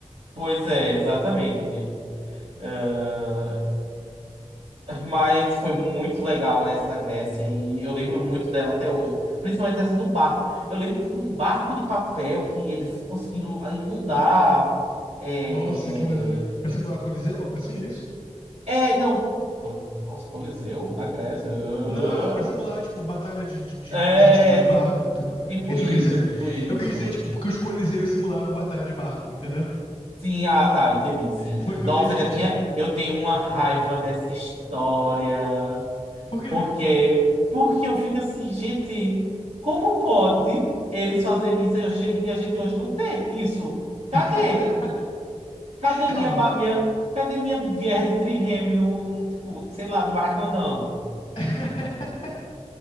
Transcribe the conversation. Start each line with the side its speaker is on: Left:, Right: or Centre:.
Right: Pois é, exatamente. Ah, Mas foi muito legal essa da Grécia e eu lembro muito dela até hoje. Principalmente essa do barco. Eu lembro que tem um barco de papel que eles conseguiram inundar. É,
Left: Nossa, que maneiro. Pra simular Coliseu, algo assim, é isso?
Right: é não. Col- Nossa, Coliseu da Grécia. Ah.
Left: Não, pra simular, tipo, batalha de, de, de,
Right: É,
Left: de, tipo, de barco,
Right: tipo,
Left: entendeu?
Right: tipo
Left: É Isso
Right: isso,
Left: que eu quis dizer.
Right: tipo isso.
Left: Eu quis dizer, tipo, porque os Coliseus simulavam batalha de barco, entendeu?
Right: Sim, ah, tá, entendi, sim.
Left: Foi, foi
Right: Nossa,
Left: nesse
Right: já
Left: sentido.
Right: tinha. Eu tenho uma raiva dessa história.
Left: Por quê?
Right: Porque, porque eu fico assim, gente, como pode eles fazerem isso e hoje- e a gente hoje não ter isso? Cadê?
Left: <laughs>
Right: Cadê
Left: Calma.
Right: minha, ba- minha, cadê minha guerra de trireme no, no, tipo, sei lá, no Maracanã?
Left: <laughs>